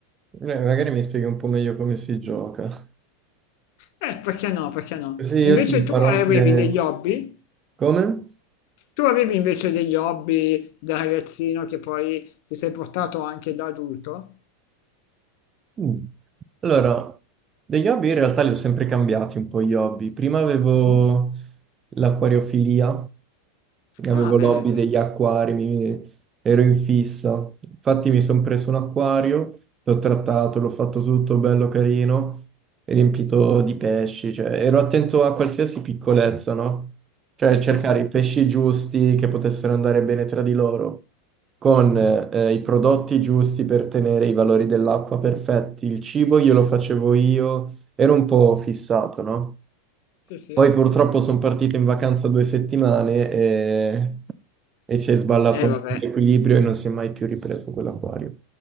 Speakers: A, on the right; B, on the left.
A: Eh, magari mi spieghi un po' meglio come si gioca.
B: Eh, perché no, perché no?
A: Così io
B: Invece
A: ti
B: tu
A: farò
B: avevi
A: anche...
B: degli hobby?
A: Come?
B: Tu avevi invece degli hobby da ragazzino che poi ti sei portato anche da adulto?
A: Mm. Allora, degli hobby in realtà li ho sempre cambiati un po' gli hobby. Prima avevo
B: Mhm.
A: l'acquariofilia, avevo
B: Ah, bello.
A: l'hobby degli acquari, mi- ero in fissa. Infatti mi sono preso un acquario, l'ho trattato, l'ho fatto tutto bello carino, riempito di pesci, cioè ero attento a qualsiasi piccolezza, no? Cioè cercare
B: Sì, sì,
A: i pesci giusti che potessero andare bene tra di loro con eh, i prodotti giusti per tenere i valori dell'acqua perfetti. Il cibo glielo facevo io, ero un po' fissato, no?
B: sì, sì.
A: Poi purtroppo sono partito in vacanza due settimane e, e si è sballato
B: Eh,
A: un
B: vabbè,
A: po' l'equilibrio e non si è mai più ripreso quell'acquario.